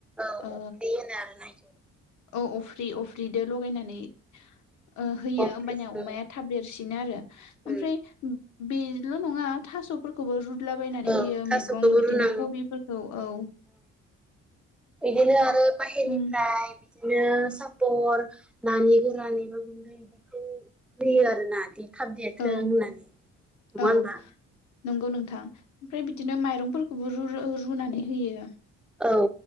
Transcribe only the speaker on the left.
ओ
औ अफ्रि अफ्रिदो लगायनानै ओ होयो
ओमबानिया अमाया थाब देरसिनो आरो
ओमफ्राय बेल' नङा थफोरखौबो रू ला बायनानै
होयो
मैगं बिदिनो
कबिफोरखौ औ
उम
औ
औ
नंगौ नोंथां ओमफ्राय बिदिनो माइरंफोरखौबो रू रू रुनानै होयो